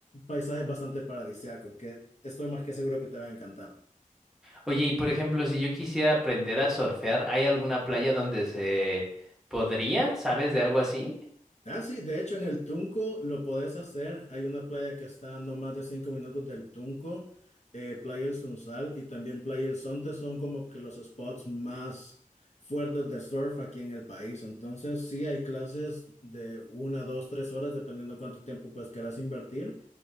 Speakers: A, on the left; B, in the centre.
A: paisajes bastante paradisíacos que estoy más que seguro que te va a encantar.
B: Oye, y por ejemplo, si yo quisiera aprender a surfear, ¿hay alguna playa donde se podría? ¿Sabes de algo así?
A: Ah, sí, de hecho en el Tunco lo podés hacer, hay una playa que está a no más de cinco minutos del Tunco, eh, Playa El Sunsal y también Playa El Sonte son como que los spots más fuertes de surf aquí en el país. Entonces, sí hay clases de una, dos, tres horas, dependiendo cuánto tiempo pues querás invertir.